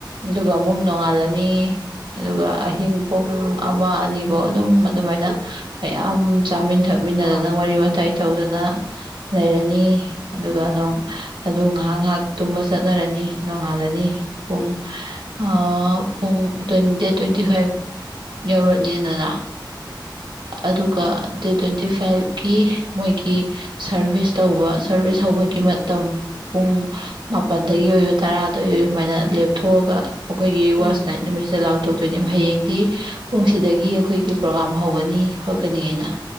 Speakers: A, on the right (about 75°); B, on the left (about 80°).
A: ꯑꯗꯨꯒ ꯑꯃꯨꯛ ꯅꯣꯡꯉꯥꯜꯂꯅꯤ ꯑꯗꯨꯒ ꯑꯍꯤꯡ ꯄꯨꯡ ꯑꯃ ꯑꯅꯤꯕꯧꯑꯗꯨꯝ ꯑꯗꯨꯃꯥꯏꯅ ꯃꯌꯥꯝ ꯆꯥꯃꯤꯟꯊꯛ ꯃꯤꯟꯅꯗꯅ
B: ꯑꯥ
A: ꯋꯥꯔꯤ ꯋꯥꯇꯥꯏ ꯇꯧꯗꯅ ꯂꯩꯔꯅꯤ ꯑꯗꯨꯒ ꯅꯣꯡ ꯑꯗꯨ ꯉꯥꯏꯍꯥꯛ ꯉꯥꯏꯍꯥꯛ ꯇꯨꯝꯕ ꯆꯠꯅꯔꯅꯤ ꯅꯣꯡꯉꯥꯜꯂꯅꯤ ꯄꯨꯡ ꯑꯥ ꯄꯨꯡ ꯗꯦꯠ ꯇ꯭ꯋꯦꯟꯇꯤ ꯐꯥꯏꯚ ꯌꯧꯔꯅꯤꯗꯅ ꯑꯗꯨꯒ
B: ꯎꯝ
A: ꯗꯦꯠ ꯇ꯭ꯋꯦꯟꯇꯤ ꯐꯥꯏꯚ ꯀꯤ ꯃꯣꯏꯒꯤ ꯁꯔꯚꯤꯁ ꯇꯧꯕ ꯁꯔꯚꯤꯁ ꯍꯧꯕꯒꯤ ꯃꯇꯝ ꯄꯨꯡ ꯃꯥꯄꯜꯗꯒꯤ ꯑꯣꯏꯌꯨ ꯇꯔꯥꯗꯒꯤ ꯑꯣꯏꯌꯨ ꯁꯨꯃꯥꯏꯅ ꯂꯦꯞꯊꯣꯛꯑꯒ ꯑꯩꯈꯣꯏꯒꯤ ꯋꯥꯁ
B: ꯎꯝ
A: ꯅꯥꯏꯠ ꯅꯨꯃꯤꯠꯁꯤꯗ ꯂꯥꯎꯊꯣꯛ ꯊꯣꯛꯇꯣꯏꯅꯦꯕ ꯍꯌꯦꯡꯗꯤ ꯄꯨꯡꯁꯤꯗꯒꯤ ꯑꯩꯈꯣꯏꯒꯤ ꯄ꯭ꯔꯣꯒꯥꯝ ꯍꯧꯒꯅꯤ ꯈꯣꯠꯀꯅꯤꯅ